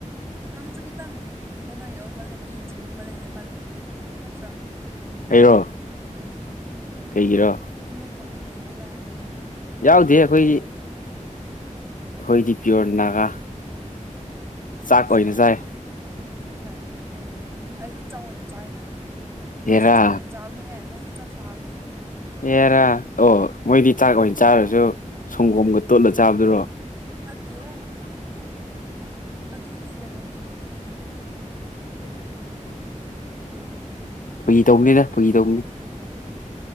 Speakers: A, on the right (about 20°); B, on the left (about 85°).
A: ꯅꯪꯁꯨ ꯈꯤꯇꯪ ꯀꯩꯅꯣ ꯌꯧꯔꯕ ꯏ ꯆꯤꯡꯉꯕ ꯂꯩ ꯅꯦꯄꯥꯂꯤꯒꯤ ꯅꯠꯇ꯭ꯔꯥ ꯈꯤꯇꯪ
B: ꯑꯩꯔꯣ
A: ꯎꯝ
B: ꯀꯩꯒꯤꯔꯣ
A: ꯍꯥꯏꯗꯤ ꯏꯃꯨꯡ ꯊꯣꯛꯄ ꯃꯤ ꯌꯍꯧꯕ꯭ꯔꯥ ꯍꯥꯏꯕꯅꯤꯗ
B: ꯌꯥꯎꯗꯦ ꯑꯩꯈꯣꯏꯒꯤ
A: ꯍꯥꯏꯗꯤ
B: ꯑꯩꯈꯣꯏꯗꯤ ꯄꯤꯌꯣꯔ ꯅꯥꯒꯥ
A: ꯊꯥꯖꯗꯦ
B: ꯆꯥꯛ ꯑꯣꯏꯅ ꯆꯥꯏ
A: ꯊꯥꯖꯗꯕꯗꯣ ꯑꯩꯁꯨ ꯆꯧꯑ‌ꯣꯏꯅ ꯆꯥꯏꯅ ꯀꯩꯅꯣ ꯃꯣꯏꯁꯨ
B: ꯍꯦꯔꯥ
A: ꯆꯥꯛꯋꯦꯟ ꯆꯥꯕꯅꯦꯍꯦ ꯃꯣꯏꯁꯨ ꯆꯥꯛ ꯆꯥꯕꯅꯦ
B: ꯑꯦꯔꯥ ꯑꯣ
A: ꯑꯩꯈꯣꯏ
B: ꯃꯣꯏꯗꯤ ꯆꯥꯛ ꯑꯣꯏꯅ
A: ꯑꯩꯈꯣꯏ
B: ꯆꯥꯔꯁꯨ ꯁꯪꯒꯣꯝꯒ ꯇꯣꯠꯂ ꯆꯥꯕꯗꯨꯔꯣ
A: ꯅꯠꯇꯤ ꯁꯃꯁꯨ ꯇꯣꯇꯦ ꯑꯗꯨꯗꯤ ꯀꯩꯅꯣꯅꯤ ꯀꯨꯀꯤꯅꯦ
B: ꯐꯒꯤ ꯇꯧꯕꯅꯤꯗ ꯐꯨꯒꯤ ꯇꯧꯕꯅꯤ